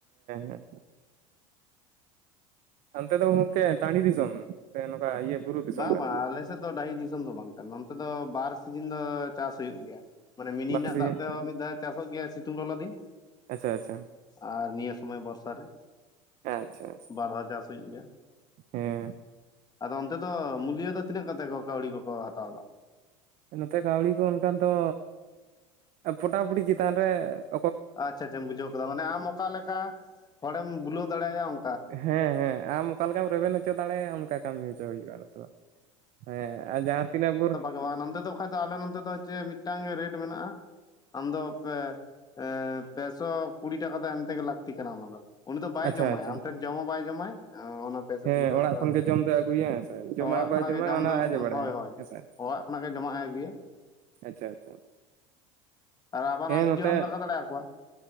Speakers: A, on the right; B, on the left.
A: ᱦᱮᱸ ᱚᱱᱛᱮ ᱫᱚ ᱜᱚᱢᱠᱮ ᱴᱟᱺᱰᱤ ᱫᱤᱥᱚᱢ ᱥᱮ ᱱᱚᱠᱟ ᱤᱭᱟᱹ ᱵᱩᱨᱩ ᱫᱤᱥᱚᱢ
B: ᱵᱟᱝ
A: ᱠᱟᱱᱟ
B: ᱵᱟᱝ ᱟᱞᱮᱥᱮᱫ ᱫᱚ ᱰᱟᱹᱦᱤ ᱫᱤᱥᱚᱢ ᱫᱚ ᱵᱟᱝ ᱠᱟᱱᱟ ᱱᱚᱱᱛᱮ ᱫᱚ ᱵᱟᱨ ᱥᱤᱡᱤᱱ ᱫᱚ ᱪᱟᱥ ᱦᱩᱭᱩᱜ ᱜᱮᱭᱟ ᱢᱟᱱᱮ ᱢᱤᱱᱤ
A: ᱵᱟᱨᱥᱤᱧ
B: ᱨᱮᱱᱟᱜ ᱫᱟᱜ ᱛᱮ ᱢᱤᱫ ᱫᱷᱟᱣ ᱪᱟᱥᱚᱜ ᱜᱮᱭᱟ ᱥᱤᱛᱩᱝ ᱞᱚᱞᱚ ᱫᱤᱱ
A: ᱟᱪᱪᱷᱟ ᱟᱪᱪᱷᱟ
B: ᱟᱨ ᱱᱤᱭᱟᱹ ᱥᱚᱢᱚᱭ ᱵᱚᱨᱥᱟ ᱨᱮ
A: ᱮᱸ ᱟᱪᱪᱷᱟ ᱟᱪᱪᱷᱟ ᱾
B: ᱵᱟᱨ ᱫᱷᱟ ᱪᱟᱥ ᱦᱩᱭᱩᱜ ᱜᱮᱭᱟ ᱾
A: ᱦᱮᱸ,
B: ᱟᱫᱚ ᱚᱱᱛᱮ ᱫᱚ ᱢᱩᱞᱤᱭᱟᱹ ᱫᱚ ᱛᱤᱱᱟᱹᱜ ᱠᱟᱛᱮ ᱠᱚ ᱠᱟᱹᱣᱰᱤ ᱠᱚᱠᱚ ᱦᱟᱛᱟᱣ ᱫᱟ?
A: ᱱᱚᱛᱮ ᱠᱟᱹᱣᱰᱤ ᱠᱚ ᱚᱱᱠᱟᱱ ᱫᱚ ᱯᱚᱴᱟᱯᱩᱴᱤ ᱪᱮᱛᱟᱱ ᱨᱮ ᱾
B: ᱟᱪᱷ ᱟᱪᱷᱟᱢ ᱵᱩᱡᱷᱟᱹᱣ ᱠᱟᱫᱟ ᱚᱱᱮ ᱟᱢ ᱚᱠᱟᱞᱮᱠᱟ ᱦᱚᱲᱮᱢ ᱵᱩᱞᱟᱹᱣ ᱫᱟᱲᱮᱟᱭᱟ ᱾
A: ᱦᱮᱸ ᱦᱮᱸ ᱟᱢ ᱚᱠᱟ ᱞᱮᱠᱟᱢ ᱨᱮᱵᱮᱱ ᱦᱚᱪᱚ ᱫᱟᱲᱮᱭᱟᱜᱼᱟ ᱾ ᱚᱱᱠᱟ ᱠᱟᱹᱢᱤ ᱦᱚᱪᱚ ᱦᱩᱭᱩᱜᱼᱟ ᱱᱤᱛᱚᱜ ᱾ ᱦᱮᱸ ᱟᱨ ᱡᱟᱦᱟᱸ ᱛᱤᱱᱟᱹᱜ ᱵᱚᱨᱼᱼ
B: ᱱᱚᱣᱟ ᱱᱚᱱᱛᱮ ᱫᱚ ᱟᱠᱷᱟᱡ ᱫᱚ ᱟᱞᱮ ᱱᱚᱱᱛᱮ ᱫᱚ ᱪᱮ ᱢᱤᱫᱴᱟᱝ ᱜᱮ ᱨᱮᱴ ᱢᱮᱱᱟᱜ-ᱟ᱾ ᱟᱢ ᱫᱚ ᱯᱮ ᱮᱸ ᱯᱮᱥᱚ ᱠᱩᱲᱤ ᱴᱟᱠᱟ ᱫᱚ ᱮᱢ ᱛᱮᱜᱮ ᱞᱟᱹᱠᱛᱤ ᱠᱟᱱᱟ ᱚᱱᱟ ᱫᱚ᱾ ᱩᱱᱤ ᱫᱚ ᱵᱟᱭ
A: ᱟᱪᱪᱷᱟ
B: ᱡᱚᱢᱟᱭ
A: ᱟᱪᱪᱷᱟ
B: ᱟᱢ ᱴᱷᱮᱱ ᱡᱚᱢ ᱦᱚᱸ ᱵᱟᱭ ᱡᱚᱢᱟᱭ ‌ᱚᱸᱻ ᱚᱱᱟᱼᱼ ᱯᱮᱥᱚ
A: ᱦᱮᱸ
B: ᱠᱩᱲᱤ ᱴᱟᱠᱟ
A: ᱚᱲᱟᱜ
B: ᱫᱚ
A: ᱠᱷᱚᱱ
B: ᱮᱢ ᱦᱩᱭᱩᱜ-ᱟ
A: ᱜᱮ ᱡᱚᱢ ᱫᱚᱭ ᱟᱹᱜᱩᱭᱟ ᱦᱮᱸ ᱥᱮ ᱡᱚᱢᱟᱭ
B: ᱚᱲᱟᱜ
A: ᱵᱟᱭ
B: ᱠᱷᱚᱱᱟᱜ
A: ᱡᱚᱢᱟ
B: ᱜᱮᱼᱼ ᱡᱚᱢ
A: ᱚᱱᱟ
B: ᱫᱚ
A: ᱟᱡ
B: ᱢᱚᱱ
A: ᱮ ᱵᱟᱲᱟᱭᱟ
B: ᱦᱚᱭ ᱦᱚᱭ
A: ᱦᱮᱸᱥᱮ
B: ᱚᱲᱟᱜ ᱠᱷᱚᱱᱟᱜ ᱜᱮ ᱡᱚᱢᱟᱜ ᱮ ᱟᱹᱜᱩᱭᱟ᱾
A: ᱟᱪᱪᱷᱟ ᱟᱪᱪᱷᱟ
B: ᱨᱟᱵᱟ
A: ᱦᱮᱸ
B: ᱟᱢ
A: ᱱᱚᱛᱮ
B: ᱱᱤᱡᱟᱹ ᱦᱚᱸᱢ ᱞᱟᱜᱟᱣ ᱫᱟᱲᱮ ᱟᱠᱚᱣᱟ᱾